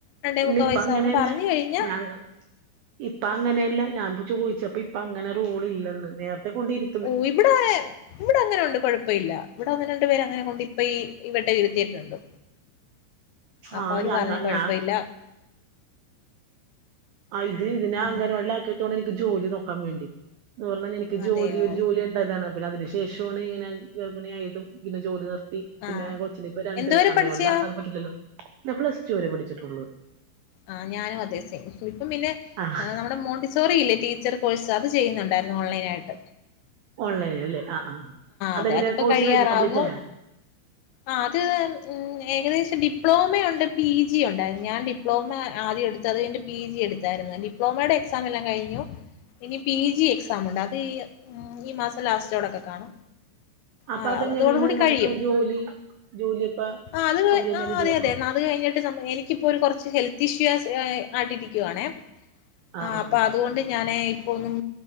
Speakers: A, on the left; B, on the right.
A: രണ്ടേമുക്കാൽ
B: ഇല്ല ഇപ്പ
A: വയസ്സാവുമ്പോ
B: അങ്ങനെയല്ല
A: പറഞ്ഞഴിഞ്ഞ
B: ഞാൻ ഇപ്പ അങ്ങനെയല്ല ഞാൻ ഇപ്പൊ ചോദിച്ചപ്പ ഇപ്പ അങ്ങനെ റൂൾ ഇല്ലെന്ന് നേരത്തെ കൊണ്ടിരി
A: ഓഹ് ഇവിടെ <unintelligible> ഇവിടെ അങ്ങനെ ഉണ്ട് കൊഴപ്പ ഇല്ല ഇവിടെ അങ്ങനെ ഒന്ന് രണ്ട് പേരെ അങ്ങനെ കൊണ്ട് ഇപ്പ ഈ ഇവിടെ ഇരുത്തിയിട്ടുണ്ട് അപ്പൊ
B: ആ
A: അവര്
B: ഞങ്ങ
A: പറഞ്ഞ് കൊഴപ്പ
B: ഞാ
A: ഇല്ല
B: ആഹ് ഇത് ഇതിനെ
A: ആ
B: അങ്ങനവാടിൽ ആക്കിയിട്ട് വേണം എനിക്ക് ജോലി നോക്കാൻ വേണ്ടി എന്ന് പറഞ്ഞാ എനി ക്ക് ജോലി
A: അതെയോ
B: ഒരു ജോലി ഉണ്ടായതാണ് പിന്നെ അതിനു ശേഷമാണ് ഇങ്ങനെ ഗർഭിണിയായതും പിന്നെ ജോലി നിർത്തി പിന്നെ
A: ആ
B: കൊച്ചിന് ഇപ്പൊ രണ്ട്
A: എന്തുവരെ
B: അംഗനവാടിയിലാക്കാതെ
A: പഠിച്ചയാ
B: പറ്റില്ലല്ലോ ഞാൻ പ്ലസ് റ്റൂ വരെ പഠിച്ചിട്ടുള്ള്
A: ആഹ് ഞാനും അതെ സെയിം ഇപ്പം പിന്നെ
B: ആ
A: നമ്മുടെ മോണ്ടി സോറിയില്ലേ ടീച്ചർ കോഴ്സ് അത് ചെയ്യുന്നുണ്ടായിരുന്നു ഓൺലൈനായിട്ട്
B: ഓൺലൈൻ അല്ലേ ആഹ് ആഹ് അതെങ്ങനെയാ
A: അതെ അതിപ്പോ
B: കോഴ്സ്
A: കഴിയാറാവുന്നു
B: കഴിഞ്ഞാ കംപ്ലീറ്റ് ആയാ
A: ആഹ് അത് ഏകദേശം ഡിപ്ലോമയുണ്ട് പി ജി ഒണ്ടായിരുന്ന് ഞാൻ ഡി- പ്ലോമ ആദ്യം എടുത്ത് അത് കഴിഞ്ഞിട്ട് പി ജി എടുത്തായിരുന്നു ഡിപ്ലോമയുടെ എക്സാം എല്ലാം കഴിഞ്ഞു ഇനി പി ജി എക്സാമുണ്ട് അത് ഈ മാസം ലാസ്റ്റോടൊക്കെ കാണും
B: അപ്പൊ
A: ആഹ്
B: അതെങ്ങനെയാണ്
A: അതോടുകൂടി കഴിയും
B: നമുക്ക് ജോലി ജോലിയപ്പ
A: ആഹ് അത്
B: അവര്ന്നെ
A: ആഹ്
B: റെഡിയാക്കോ
A: അതെ അതെ ന - അത് കഴിഞ്ഞിട്ട് എനിക്കിപ്പോ ഒരു കൊറച്ച് ഹെൽത്ത് ഇഷ്യൂസ് ആയി ട്ടിരിക്കുവാണേ
B: ആ
A: ആഹ്
B: ആ
A: അപ്പൊ
B: ആ
A: അതുകൊണ്ട് ഞാനെ ഇപ്പൊ ഒന്നും